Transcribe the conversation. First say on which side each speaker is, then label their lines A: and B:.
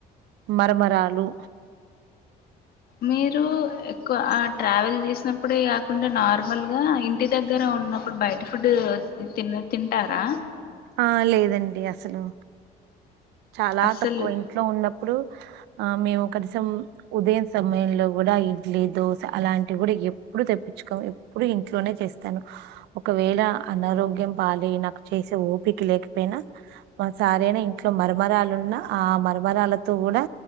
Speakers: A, on the right (about 85°); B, on the left (about 65°).
A: మరమరాలు
B: మీరు ఎక్కువ ట్రావెల్ చేసినప్పుడే కాకుండా నార్మల్ గా ఇంటి దగ్గర ఉన్నప్పుడు బయట ఫుడ్ తిం తింటారా
A: ఆ లేదండి అసలు చాలా
B: అస్సలు
A: తక్కువ ఇంట్లో ఉన్నప్పుడు ఆ మేము కనీసం ఉదయం సమయంలో గుడా ఇడ్లీ దోశ అలాంటివి గూడా ఎప్పుడు తెప్పించుకోం ఎప్పుడు ఇంట్లోనే చేస్తాను ఒకవేళ అనారోగ్యం పాలైనా నాకు చేసే ఓపికి లేకపోయినా మా సారైనా ఇంట్లో మరమరాలున్న ఆ మరమరాలతో గూడా